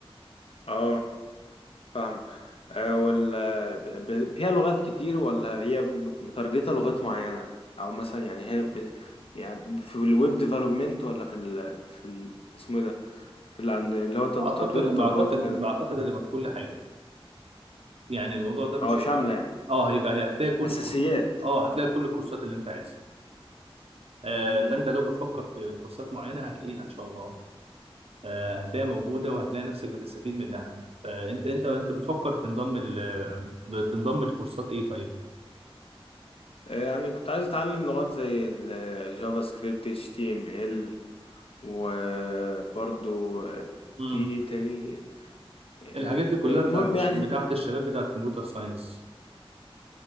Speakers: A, on the left; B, on the right.
A: اه فاهمة آه، وال ب- ب- فيها لغات كتير ولا هي م- متارجتة لغات معينة أو مثلا يعني هي ب... يعني في الويب ديفلوبمنت ولا في ال... في ال... اسمه إيه ده في ال... عند- اللي هو تط-
B: اعتقد
A: تطوير
B: بعتقد
A: التطبيقات وكده
B: بعتقد هتبقى كل حاجة يعني الموضوع ده مش
A: أو شاملة
B: هيبقى
A: يعني
B: اه هيبقى هتلاقي كل
A: أساسيات
B: الكورس اه هتلاقي كل الكورسات اللي انت عايزها آه
A: مم.
B: فانت لو بتفكر في كورسات معينة هتلاقيها ان شاء الله آه، هتلاقيها موجودة
A: ب-
B: وهتلاقي نفسك بتستفيد منها آه، انت انت انت بتفكر تنضم ال... تنضم لكورسات ايه طيب؟
A: آه، يعني كنت عايز أتعلم لغات زي الجافا سكريبت اتش تي ام ال وبرضو آه،
B: مم.
A: في إيه تاني آه،
B: الحاجات دي كلها
A: آه، المهم
B: بتاعت الش...
A: يعني
B: بتاعت الشباب بتاعت كمبيوتر ساينس